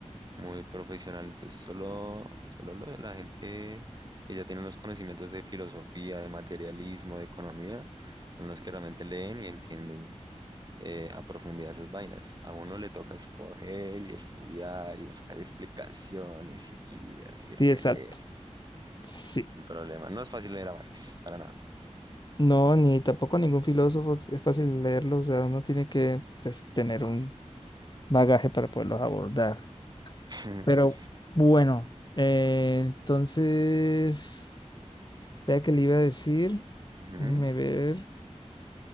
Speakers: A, on the right (about 35°); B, on the left (about 35°).
A: muy profesional. Entonces solo, solo lo de la gente que ya tiene unos conocimientos de filosofía, de materialismo, de economía, son los que realmente leen y entienden eh, a profundidad esas vainas. A uno le toca escoger y estudiar y buscar explicaciones y guías y releer.
B: Sí, exacto. Sí.
A: Es un problema. No es fácil leer a Marx, para nada.
B: No, ni tampoco ningún filósofo es es fácil leerlo, o sea, uno tiene que pues, tener un bagaje para poderlos abordar.
A: <laughs>
B: Pero bueno, eh, entonces, vea que le iba a decir,
A: Ujú.
B: déjeme ver